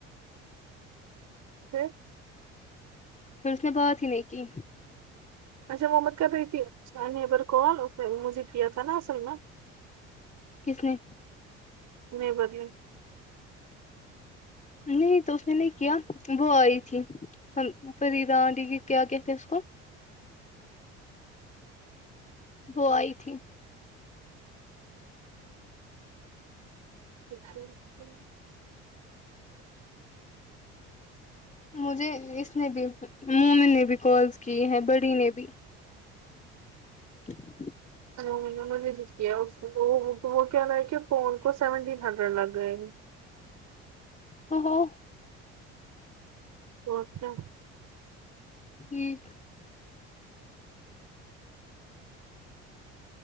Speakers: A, on the right; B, on the left.
A: پھر
B: پھر اس نے بات ہی نہیں کی
A: اچا وہ میں کررہی تھی نیبر کال اس نے مجھے کیا تھا ناں اصل میں
B: کس نے
A: نہیں بدلے
B: نہیں تو اس نے نہیں کیا وہ آئی تھی فر فریدا آنٹی کہ کیا کہتے ہیں اس کو وہ آئی تھی
A: <unintelligible>
B: مجھے اس نے بھی مومن نے بھی کالز کی ہے بڑی نے بھی <inaudible>
A: انہوں نے مجھے لکھ کیا وہ کہہ رہے کہ فون کو سیونٹین ہزار لگ گئے
B: اوہو
A: تو اس کا
B: ٹھیک